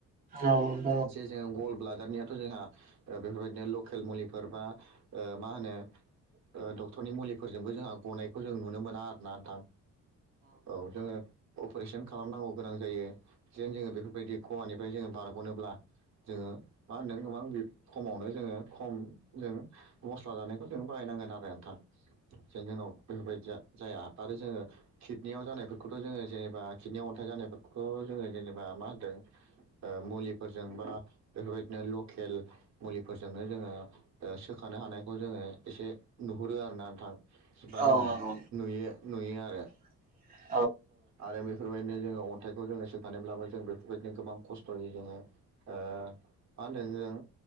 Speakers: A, on the right; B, on the right.
A: औ औ
B: जे जों ओ गलब्लादा नियाथ' जोंहा ओ बेफोरबायदिनो लकेल मुलिफोर बा ओ मा होनो ओ डक्टरनि मुलिफोरजोंबो जोंहा गनायखौ जों नुनो मोना आरोना नोंथां। औ जोङो अपारेसन खालामनांगौ गोनां जायो जेन जोङो बेफोरबायदि खहानिफ्राय जोङो बारग'नोब्ला जोङो मा होनदों गोबां बि खमावनो जोङो खम जों मस्ला जानायखौ जों बाहायनांगोन आरो नोंथां जेन जोंनियाव बेफोरबायदिया जाया आरो जोङो किडनिआव जानायफोरखौ बेंखौथ' जोंङो जेनेबा किडनियाव अनथाय जानायफोरखौथ' जोङो जेनबा मा होनदों ओ मुलि फोर जों बा बेफोरबायदिनो लकेल मुलिफोरजोंनो जोङो ओ सोखानो हानायखौ जोङो एसे नुहुरो आरो ना नोंथां जेनबा
A: औ
B: जोङो
A: नंगौ
B: नुयो नुयो आरो
A: <inaudible>
B: आरो बैफोरबायदिनो जोङो अन्थाइखौ जोङो सोखानोब्लाबो जों बेफोरबायदिनो गोबां खस्थ'यै जोङो ओ मा होनदों जों